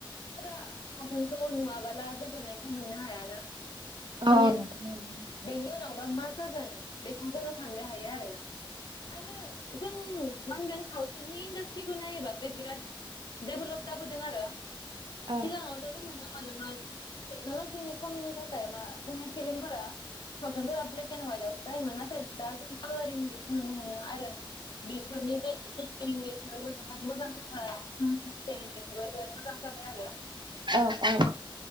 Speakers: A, on the left; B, on the right.
A: फुरा सावथुनखौ नुवाबोला गोजोननायखौ मोननो हायाना माने
B: अ नोंथां नोंगौ
A: बेनि उनावबा मा जागोन बेखौ जोङो साननो हायो आरोना आरो जों मा होनगोन सावथुननि इन्डास्ट्रिखौ नायोबा बे बिराद देभलप जाबोदों आरो
B: अ
A: सिगाङावथ' जों नुनो मोनोमोन टेक्न'लजिनि खमिनि थाखाय मा जोंनि फिलिमफोरा सावथुनफोरा ब्लेक एन्ड हवाइट आवसो जायोमोन नाथाय दा जों कालारिं बेखौ नुनो मोनोमोन आरो बिसोरनि <inaudible> <inaudible> बेफोरावबो जोबोद मोजां जाबाय सिस्टेम बेफोरबो जोबोद मोजां जाबाय आरो
B: औ औ